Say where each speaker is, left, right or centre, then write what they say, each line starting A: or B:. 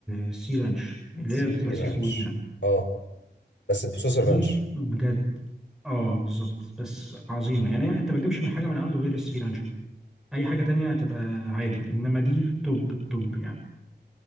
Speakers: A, in the centre; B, on the left.
A: السي رانش اللي
B: سي
A: هي بتبقى سي
B: رانش
A: فود يعني
B: اه بس بصوص
A: دي
B: الرانش
A: ف- بجد اه بالظبط بس عظيمه يعني انت ما تجيبش من حاجه من عنده غير السي رانش دي اي حاجه تانية هتبقى عادي انما دي توب التوب يعني